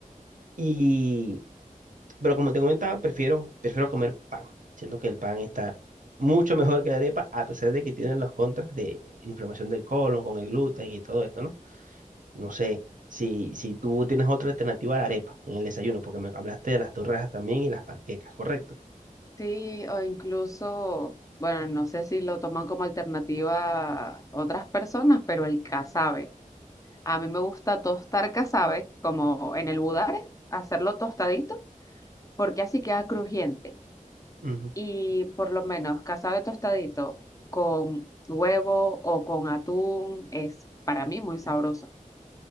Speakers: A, on the right (about 70°); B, on the left (about 25°).
A: Y, pero como te comentaba, prefiero, prefiero comer pan. Siento que el pan está mucho mejor que la arepa, a pesar de que tienen los contras de inflamación del colon con el gluten y todo esto, ¿no? No sé si, si tú tienes otra alternativa a la arepa en el desayuno, porque me hablaste de las torrejas también y las panquecas, ¿correcto?
B: Sí, o incluso, bueno, no sé si lo toman como alternativa otras personas, pero el casabe. A mí me gusta tostar casabe, como en el budare, hacerlo tostadito, porque así queda crujiente.
A: Ujú.
B: Y por lo menos casabe tostadito con huevo o con atún es para mí muy sabroso,